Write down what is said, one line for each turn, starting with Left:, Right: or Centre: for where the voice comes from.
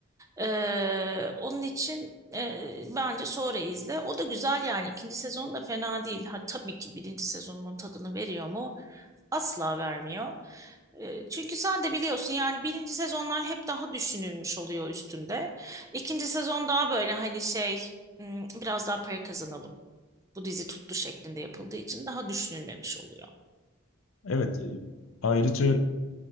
Right: Ee, onun için ee, bence sonra izle. O da güzel yani. İkinci sezon da fena değil. Ha, tabii ki birinci sezonun tadını veriyor mu? Asla vermiyor. Ee, çünkü sen de biliyorsun yani birinci sezonlar hep daha düşünülmüş oluyor üstünde. İkinci sezon daha böyle hani şey hmm, biraz daha para kazanalım. Bu dizi tuttu şeklinde yapıldığı için daha düşünülmemiş oluyor.
Left: Evet. e, Ayrıca